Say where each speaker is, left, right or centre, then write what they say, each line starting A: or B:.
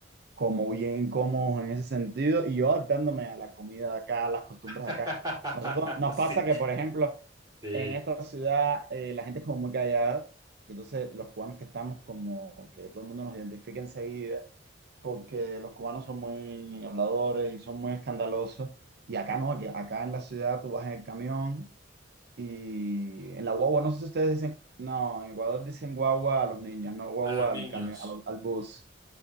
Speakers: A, on the right; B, on the right.
A: como bien cómodos en ese sentido y yo adaptándome a la comida de acá, a las costumbres
B: <laughs>
A: de acá. A Nosotros nos
B: Sí.
A: pasa que, por ejemplo,
B: Sí,
A: en esta ciudad eh, la gente es como muy callada y entonces los cubanos que estamos como que todo el mundo nos identifica enseguida porque los cubanos son muy habladores y son muy escandalosos. Y acá no, que acá en la ciudad tú vas en el camión y en la guagua, no sé si ustedes dicen, no, en Ecuador dicen guagua a los niños, no guagua
B: a los niños.
A: al camión, al, al bus.